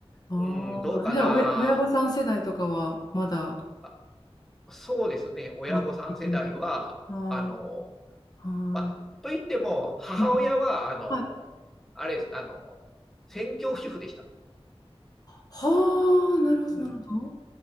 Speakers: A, on the left; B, in the centre.
A: ああ。
B: うん、どうかな。
A: じゃあ、おや親御さん世代とかは、まだ、
B: あそうですね、親御さん世代は、
A: 目的に。あ
B: あの、
A: あ。は
B: まあ、と言っても、母親は、
A: い。うん
B: あの、
A: あ
B: あれです、あの、専業主婦でした。
A: はあ、なるほど、
B: うん。
A: なるほど。